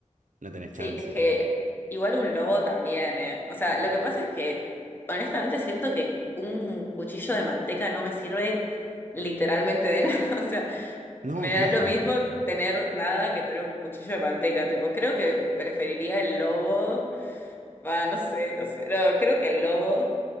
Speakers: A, on the right; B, on the left.
A: no tenés
B: sí,
A: chance.
B: es que igual un lobo también, eh. O sea, lo que pasa es que honestamente siento que un cuchillo de manteca no me sirve literalmente de <laughs> nada, o sea,
A: No,
B: me
A: claro.
B: da lo mismo tener nada que tener un cuchillo de manteca, tipo, creo que preferiría el lobo Va, no sé, no sé. No, creo que el lobo